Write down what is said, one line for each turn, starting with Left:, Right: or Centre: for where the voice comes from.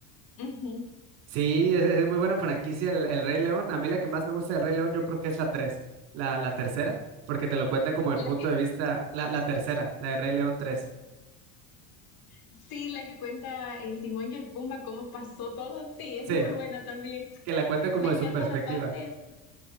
Left: Ujú.
Right: Sí, es, es muy buena franquicia el, el Rey León. A mí la que más me gusta del Rey León yo creo que es la tres, la, la tercera, porque te lo cuenta como el
Left: La
Right: punto
Left: que
Right: de vista, la, la tercera, la de Rey León tres.
Left: sí, la que cuenta el Timón y el Pumba, cómo pasó todo, sí, es
Right: Sí,
Left: súper buena también.
Right: que la cuenta como
Left: Me
Right: de
Left: encanta
Right: su perspectiva.
Left: la parte